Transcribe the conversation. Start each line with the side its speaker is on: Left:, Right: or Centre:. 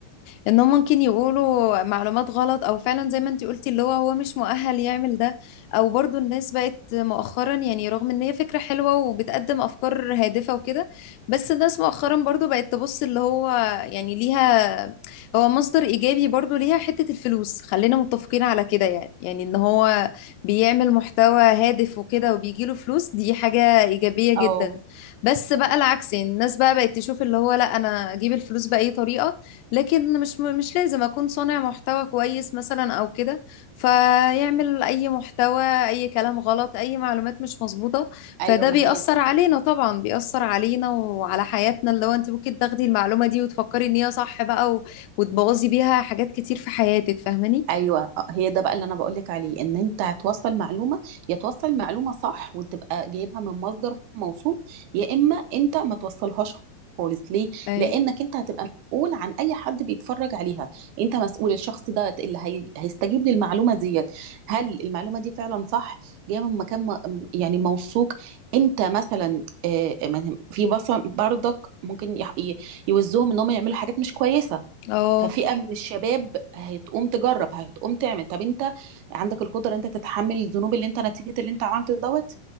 Left: انهم ممكن يقولوا معلومات غلط او فعلا زي ما انتي قلتي اللي هو هو مش مؤهل يعمل ده او برضو الناس بقت مؤخرا يعني رغم ان هي فكرة حلوة وبتقدم افكار هادفة وكده بس الناس مؤخرا برضو بقت تبص اللي هو يعني ليها هو مصدر ايجابي برضو ليها حتة الفلوس خلينا متفقين على كده يعني يعني ان هو بيعمل محتوى هادف وكده وبيجيله فلوس دي حاجة ايجابية جدا
Right: اه
Left: بس بقى العكس يعني الناس بقى بقت تشوف اللي هو لا انا اجيب الفلوس باي طريقه لكن مش مش لازم اكون صانع محتوى كويس مثلا او كده فيعمل اي محتوى اي كلام غلط اي معلومات مش مظبوطه
Right: ايوه
Left: فده
Right: ما
Left: بيأثر
Right: هي
Left: علينا طبعا بيأثر علينا وعلى حياتنا اللي هو انت ممكن تاخدي المعلومه دي وتفكري ان هي صح بقى و... وتبوظي بيها حاجات كتير في حياتك فاهماني
Right: ايوه آه، هي ده بقى اللي انا بقول لك عليه ان انت هتوصل معلومه يا توصل معلومه صح وتبقى جايبها من مصدر موثوق يا اما انت ما توصلهاش خالص ليه
Left: ايوه
Right: لانك انت هتبقى مسؤول عن اي حد بيتفرج عليها انت مسؤول الشخص ده اللي هي... هيستجيب للمعلومه ديت هل المعلومه دي فعلا صح جايه من مكان م... يعني موثوق انت مثلا آه، ما- في بص برضك ممكن يح- ي- يوزوهم ان هم يعملوا حاجات مش كويسه
Left: اه
Right: ففئة من الشباب هتقوم تجرب هتقوم تعمل طب انت عندك القدرة انت تتحمل الذنوب اللي انت نتيجة اللي انت عملته دوت